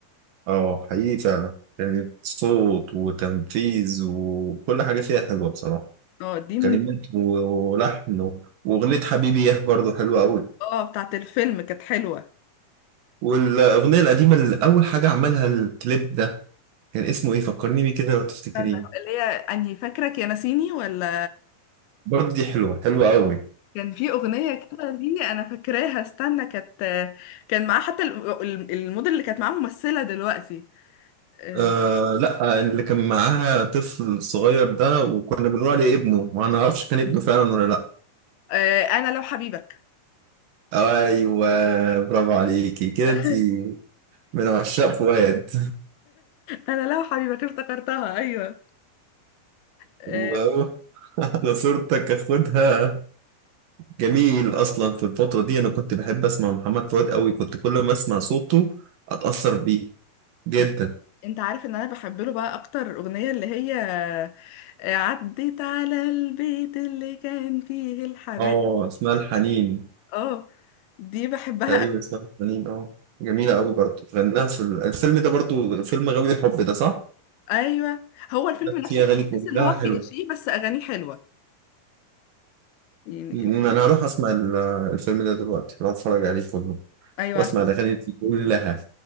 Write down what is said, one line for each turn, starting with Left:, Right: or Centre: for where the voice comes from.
Right: اه حقيقي فعلا كانت صوت وتنفيذ وكل حاجة فيها حلوة بصراحة
Left: اه دي من
Right: كلمات و- ولحن و- واغنية حبيبي ياه برضه حلوة قوي
Left: اه بتاعت الفيلم كانت حلوة
Right: والاغنية القديمة اللي اول حاجة عملها الكليب ده كان اسمه ايه فكرني بيه كده لو تفتكرين
Left: استنى اللي هي انهي فاكرك يا ناسيني ولا
Right: برضه دي حلوة حلوة قوي
Left: كان في اغنيه كده دي انا فاكراها استنى كانت كان معاه حتى ال- ال- الموديل اللي كانت معاه ممثله دلوقتي آه،
Right: آه لا اللي كان معاها طفل صغير ده وكنا بنقول عليه ابنه وانا ما اعرفش كان ابنه فعلا ولا لا
Left: آه، انا لو حبيبك
Right: ايوه برافو عليكي كده
Left: <laughs>
Right: انت من عشاق فؤاد
Left: انا لو حبيبك افتكرتها ايوه
Right: <laughs>
Left: آه،
Right: و- انا صورتك اخدها جميل اصلا في الفتره دي انا كنت بحب اسمع محمد فؤاد قوي كنت كل ما اسمع صوته اتاثر بيه جدا
Left: بت- انت عارف ان انا بحب له بقى اكتر اغنيه اللي هي آه، عديت على البيت اللي كان فيه الحباب
Right: اه اسمها الحنين
Left: اه دي بحبها
Right: تقريبا اسمها الحنين اه جميله قوي برضه غناها في ال- الفيلم ده برضه فيلم غاوي حب ده صح؟
Left: ايوه هو الفيلم نفسه
Right: في اغاني
Left: تحس
Right: كلها
Left: ان هو
Right: حلوه
Left: كليشيه بس اغانيه حلوه يعني
Right: م- انا هروح اسمع ال- الفيلم ده دلوقتي هروح اتفرج عليه كله
Left: ايوه
Right: واسمع
Left: عشان
Right: الاغاني دي كلها